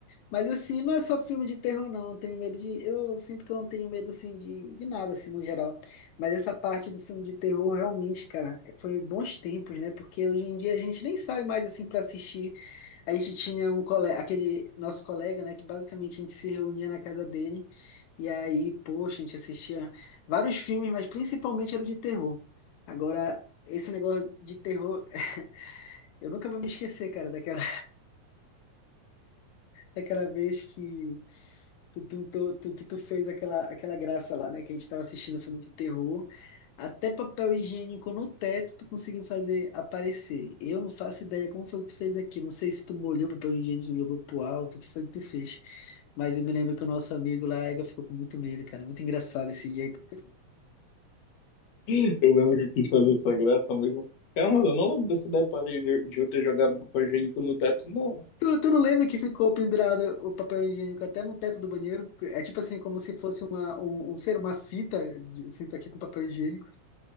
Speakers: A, on the left; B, on the left.
A: Mas assim, não é só filme de terror, não. Não tenho medo de. Eu sinto que eu não tenho medo assim de, de nada, assim, no geral. Mas essa parte do filme de terror, realmente, cara, foi bons tempos, né? Porque hoje em dia a gente nem sai mais assim para assistir. A gente tinha um colega, aquele nosso colega, né? Que basicamente a gente se reunia na casa dele. E aí, poxa, a gente assistia vários filmes, mas principalmente era o de terror. Agora, esse negócio de terror, <laughs> eu nunca vou me esquecer, cara, daquela Aquela vez que tu pintou, tu, que tu fez aquela, aquela graça lá, né? Que a gente tava assistindo filme de terror. Até papel higiênico no teto tu conseguiu fazer aparecer. Eu não faço ideia como foi que tu fez aqui. Não sei se tu molhou papel higiênico e jogou pro alto, o que foi que tu fez. Mas eu me lembro que o nosso amigo lá, Ega, ficou com muito medo, cara. Muito engraçado esse jeito.
B: Eu lembro que eu quis fazer essa graça mesmo. Cara, mas eu não lembro desse detalhe de, de eu ter jogado papel higiênico no teto, não.
A: Tu, tu não lembra que ficou pendurado o papel higiênico até no teto do banheiro? É tipo assim, como se fosse uma, um, um ser, uma fita, de- assim, isso aqui com papel higiênico.